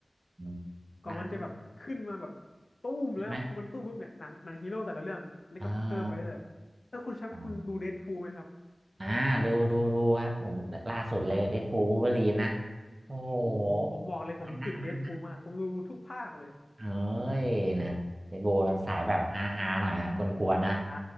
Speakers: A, on the right (about 50°); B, on the left (about 75°).
A: อืม
B: กว่ามันจะแบบขึ้นมาแบบตู้มแล้วพอมันตู้มปุ๊บเนี่ยหนังหนังฮีโร่แต่ละเรื่องนี่ก็เพิ่มไปเลยๆแล้วคุณแชมป์คุณดูเดดพูลไหมครับ
A: นานใช่ไหมอ่าอ่าอ่าดูดูดูครับผมล่าสุดเลยเดดพูลวูล์ฟเวอรีนนะโอ้โห
B: โอ้โหผมบอกเลยผมติดเดดพูลมากผมดูทุกภาคเลย
A: มันนะ เฮ้ยนะเดดกูลสายแบบฮาฮาหน่อยนะกวนๆนะ
B: ใช่